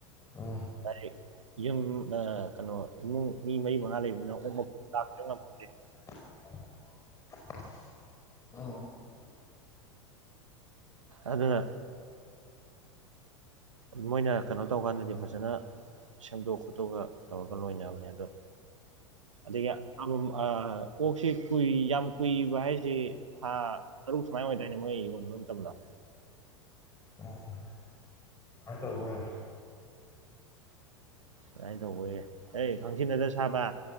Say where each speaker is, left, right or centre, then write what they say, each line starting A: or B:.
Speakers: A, on the left; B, on the right.
A: ꯑꯥ
B: <unintelligible> ꯌꯨꯝ ꯑ ꯀꯩꯅꯣ ꯏꯃꯨꯡ ꯃꯤ ꯃꯔꯤ ꯃꯉꯥ ꯂꯩ <unintelligible>
A: <unintelligible>
B: ꯑꯗꯨꯅ ꯃꯣꯏꯅ ꯀꯩꯅꯣ ꯇꯧꯀꯥꯟꯗꯗꯤ ꯐꯖꯅ ꯁꯦꯝꯗꯣꯛ ꯈꯣꯠꯇꯣꯛꯑꯒ ꯇꯧꯔꯒ ꯂꯣꯏꯅꯕꯅꯦ ꯑꯗꯣ꯫ ꯑꯗꯒꯤ ꯑꯃꯝ ꯑ ꯑꯣꯛꯁꯤ ꯀꯨꯏ ꯌꯥꯝ ꯀꯨꯏꯕ ꯍꯥꯏꯁꯤ ꯊꯥ ꯇꯔꯨꯛ ꯁꯨꯃꯥꯏꯟ ꯑꯣꯏꯗꯣꯢꯅꯦ ꯃꯣꯏ ꯌꯣꯟꯕ ꯃꯇꯝꯗꫭ
A: <inaudible> ꯃꯥꯏꯅ ꯇꯧꯕ ꯑꯣꯏꯔꯦ꯫
B: ꯑꯗꯨꯃꯥꯏꯅ ꯇꯧꯕ ꯑꫭꯏꯔ° ꯍ° ꯈꯪꯁꯤꯟꯅꯗ ꯁꯥꯕ